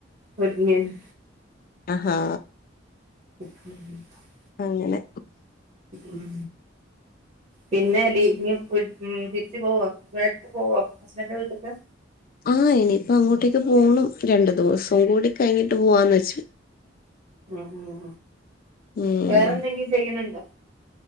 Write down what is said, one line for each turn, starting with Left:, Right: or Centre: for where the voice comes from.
Right: ഒരുങ്ങിയന്ന്
Left: ആഹാ
Right: ഉം
Left: അങ്ങനെ
Right: ഉം പിന്നെ ലീ ഇന്ന് ഇവിടുന്ന് തിരിച്ച് പോകുവോ പോവുമോ ഹസ്ബൻന്റെ വീട്ടിക്ക്
Left: ആഹ് ഇനിയിപ്പം അങ്ങോട്ടേക്ക് പോണം രണ്ടു ദിവസം കൂടി കഴിഞ്ഞിട്ട് പോവാന്ന് വെച്ച
Right: ഉം ഉം
Left: ഉം
Right: വേറെന്തെങ്കിലും ചെയ്യുന്നുണ്ടോ